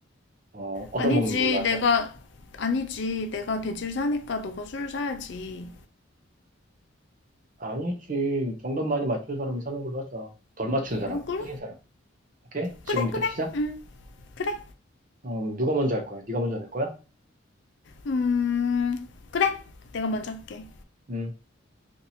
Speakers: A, on the right (about 40°); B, on the left (about 60°).
A: 어, 얻어먹는
B: 아니지,
A: 걸로 하자.
B: 내가, 아니지. 내가 돼지를 사니까 너가 술을 사야지.
A: 아니지. 정답 많이 맞춘 사람이 사는 걸로 하자. 덜 맞춘 사람,
B: 어, 그래?
A: 틀린 사람. 오케이? 지금부터
B: 그래, 그래.
A: 시작.
B: 그래.
A: 어, 누가 먼저 할 거야? 네가 먼저 낼 거야?
B: 음, 그래. 내가 먼저 할게.
A: 음,